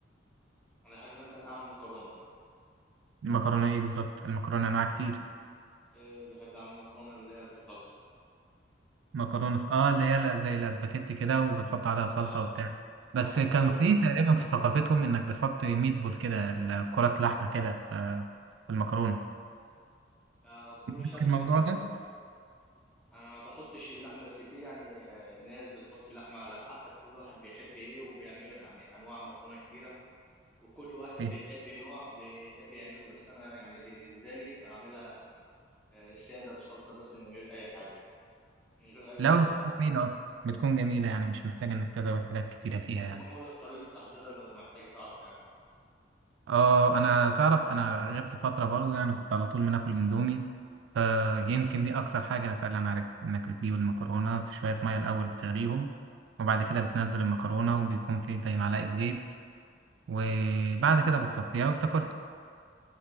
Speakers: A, in the centre; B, on the right.
A: انا بحب مثلا اعمل مكرونه
B: المكرونه ايه بالظبط المكرونه انواع كتير
A: إيه بحب اعمل مكرونه اللي هي بالصلصه
B: مكرونه ف- اه اللي هي لا- زي الاسباجيتي كده وبتحط عليها صلصه
A: اه,
B: وبتاع بس
A: آه ممكن
B: كان
A: اقول
B: طب
A: لك
B: في تقريبا في ثقافتهم انك بتحط ميت بول كده ال- كرات لحمه كده في في المكرونه
A: آه كل
B: عندك
A: شعب
B: الموضوع
A: بيختلف
B: ده
A: في- في- انا ما بحطش اللحمه بس في يعني آه ناس بتحط اللحمه على حسب كل واحد بيحب ايه وبيعملها يعني انواع مكرونه كتيره وكل واحد
B: ايه
A: بيحب نوع بيحب يعمله بس انا يعني بالنسبه لي بعملها آه، الساده بصلصه بس من غير اي حاجه من غير اي
B: لا
A: اضافات
B: بتكون جميله اصلا بتكون جميله يعني مش محتاجه انك تزود حاجات كتيره فيها
A: انا
B: يعني
A: ممكن اقول لك طريقه تحضيرها لو محتاج تعرف يعني
B: اه انا تعرف انا غبت فتره برضه يعني كنت على طول بناكل اندومي فيمكن دي اكتر حاجه انا فعلا عرفت انك بتجيب المكرونه في شويه ميه الاول بتغليهم وبعد كده بتنزل المكرونه وبيكون في زي معلقه زيت وبعد كده بتصفيها وبتاكلها